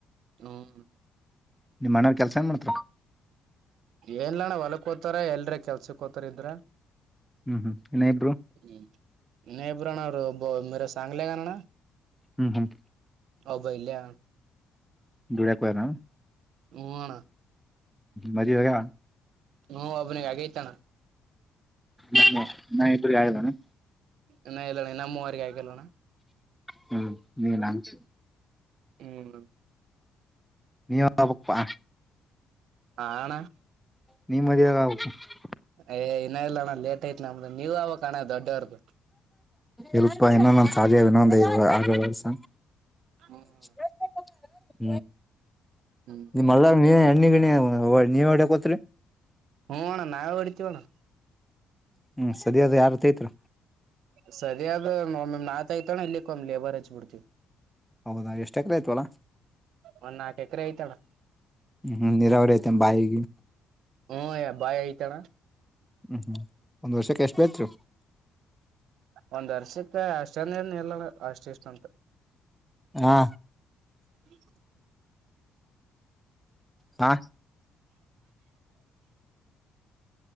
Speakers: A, on the right; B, in the centre.
A: ಹ್ಮ್
B: ನಿಮ್ಮ ಮನೆಯವ್ರ ಕೆಲ್ಸ ಏನ್ ಮಾಡ್ತ್ರ.
A: ಏನ್ಲಣ್ಣ ಹೊಲಕ್ ಹೋತಾರ ಎಲ್ರ ಕೆಲ್ಸಕ್ ಹೊತಾರ ಇದ್ರ.
B: ಹ್ಮ್ ಹ್ಮ್ ಇನ್ನ ಇಬ್ರು.
A: ಹ್ಮ ಇನ್ನ ಇಬ್ಬರ ಅಣ್ಣಾ ಅವರು ಮೇರ ಸಾಂಗಲೆಗನಣ್ಣ.
B: ಹ್ಮ್ ಹ್ಮ್.
A: ಒಬ್ಬ ಇಲ್ಲೇ ಆನ.
B: ದುಡಿಯಕ ಹೋಗ್ಯಾರ ಏನ್.
A: ಹ್ಮ್ ಅಣ್ಣಾ.
B: ಮದುವೆ ಆಗೇದ.
A: ಹ ಒಬ್ಬನಿಗೆ ಆಗೈತಾನಾ.
B: ಹ ಇನ್ನ ಇಬ್ಬರಿಗ ಆಗಿಲ್ಲ ಏನ್.
A: ಇನ್ನ ಇಲ್ಲಣ್ಣ ಇನ್ನ ಮೂವರೀಗ ಆಗಿಲ್ಲ ಅಣ್ಣಾ.
B: ಹ್ಮ್ ನೀ ಎಲ್ಲಾಂಚ.
A: ಹ್ಮ್
B: ನೀವ್ ಹೇಳ್ಬೇಕ್ ಪಾ.
A: ಹಾ ಅಣ್ಣಾ.
B: ನೀ ಮದುವಿ <unintelligible>
A: ಏ ಇನ್ನ ಇಲ್ಲ ಅಣ್ಣ ಲೇಟ್ ಐತ್ ನಮ್ದ ನೀವ ಆವಕ್ ಅಣ್ಣ ದೊಡ್ಡವರದ.
B: ಇಲ್ಪ್ಪಾ ಇನ್ನ ನಂದ ಸಾಲಿ ಇದ ಇನ್ನೊಂದ ಐದ್ ಆರ ವರ್ಷ.
A: ಹ್ಮ.
B: <unintelligible>
A: ಹ್ಮ್
B: ಹ ನೀವು ಹೋದ್ಯಕ ಹೋಗತ್ರಿ.
A: ಹ್ಮ ಅಣ್ಣ ನಾವು ಹೊಡಿತಿವ ಅಣ್ಣಾ.
B: ಹ್ಮ್ ಸರಿಯದು ಯಾರ್ ತಗಿತಾರ.
A: ಸರಿ ಅದು ಒಮೊಮ್ಮೆ ನಾ ತಗಿತ ಒಮ್ಮೆ ಲೇಬರ್ ಹಚ್ಬ ಬಿಡ್ತೀವಿ.
B: ಹೌದಾ ಎಷ್ಟು ಎಕರೆ ಐತ್ ಹೊಲಾ.
A: ಒಂದ್ ನಾಕ ಎಕರೆ ಐತ್ ಅಣ್ಣ.
B: ಹ್ಮ್ ನೀರಾವ್ರರಿ ಐತೆ ಏನ ಬಾಯಿಗೆ.
A: ಹ್ಮ್ ಯಾ ಬಾಯ್ ಐತಣ್ಣ.
B: ಹ್ಮ್ ಒಂದ್ ವರ್ಷಕ್ಕೆ ಎಷ್ಟ್ ಬೆಳಿತಿರಿ.
A: ಒಂದ್ ವರ್ಷಕ್ಕ ಅಷ್ಟಂದ ಏನ್ ಇಲ್ಲ ಅಷ್ಟ ಇಷ್ಟ ಅಂತ.
B: ಹಾ
A: <unintelligible>
B: ಹಾ